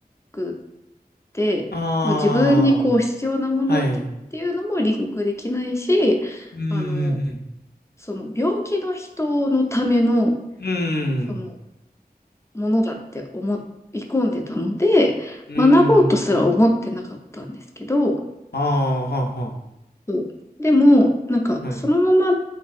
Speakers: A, on the left; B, on the left.
A: って、
B: あ
A: まあ自分にこう必要なものだとっていうのもリンクできないし、
B: あ、はい。うん、う
A: あの、
B: ん、
A: その病気の人のための、
B: うん。
A: そのものだって思い込んでたので、
B: うん、
A: 学ぼうとすら思ってなかったんですけど、
B: うん。ああ、はあ、は
A: そうでも、なんかそのまま
B: あ。はい。